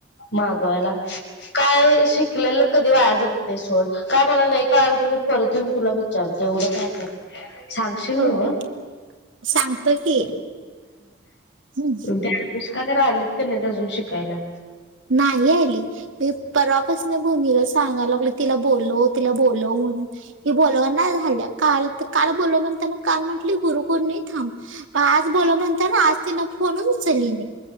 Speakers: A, on the left; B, on the right.
A: मागवायला काय श शिकलेलं कधी वाया जात नाही सोड, काय मला नाही कळाल तर मी परत येेऊन तुला विचारतो एवढं काय त्यात. सांगशील
B: हो
A: नव्हं.
B: सांगतो की हम्म
A: त्या नुसका तेन आलीत की नाही अजून शिकायला.
B: नाही आली. मी परवापास न भूमीला सांगाय लागलोय तिला बोलव, तिला बोलव म्हणून. ती बोलवना झालीय. काल तर काल बोलव म्हणताना काल म्हटली गुरु पौर्णिमा थांब आज बोलव म्हणताना आज तिन फोन उचलली नाही